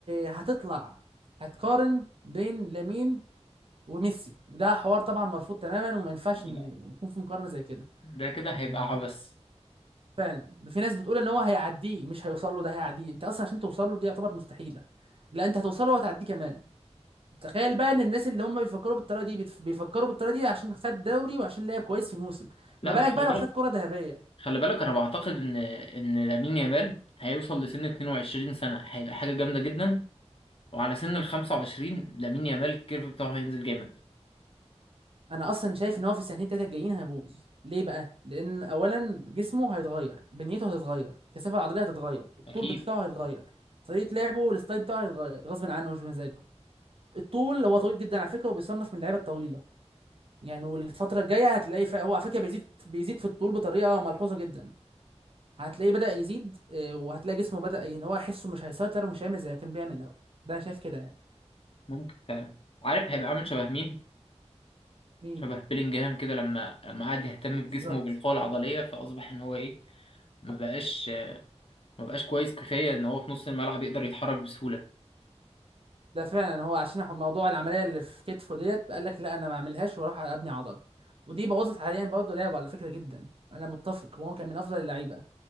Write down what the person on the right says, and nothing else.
هتطلع هتقارن بين لامين وميسي وده حوار طبعا مرفوض تماما وما ينفعش
إن يكون في مقارنه زي كده
يعني
فعلا في ناس بتقول ان هو هيعديه مش هيوصل له ده هيعديه انت اصلا عشان توصل له دي يعتبر مستحيله لا انت هتوصل له وهتعديه كمان تخيل بقى ان الناس اللي هم بيفكروا بالطريقه دي بيتف- بيفكروا بالطريقه دي عشان خد دوري وعشان لعب كويس في موسم
ما بالك
بقى لو
خد كره ذهبيه
امم
انا اصلا شايف ان هو في السنتين التلاته الجايين هيبوظ ليه بقى لان اولا جسمه هيتغير بنيته هتتغير الكثافه العضليه هتتغير الطول
بتاعه هيتغير طريقه لعبه والستايل بتاعه هيتغير غصب عنه مش بمزاجه الطول هو طويل جدا على فكره وبيصنف من اللعيبه الطويله يعني والفترة الجاية هتلاقي ف... هو على فكرة بيزيد بيزيد في الطول بطريقة ملحوظة جدا هتلاقيه بدأ يزيد آه، وهتلاقي جسمه بدأ ان هو يحسه مش هيسيطر ومش هيعمل زي ما كان بيعمل الأول ده أنا شايف كده يعني
مين
بالظبط
ده فعلا هو عشان موضوع العملية اللي في كتفه ديت قال لك لا أنا ما أعملهاش وأروح أبني عضل ودي بوظت حاليا برضه لعبه على فكرة جدا أنا متفق وهو كان من أفضل اللعيبة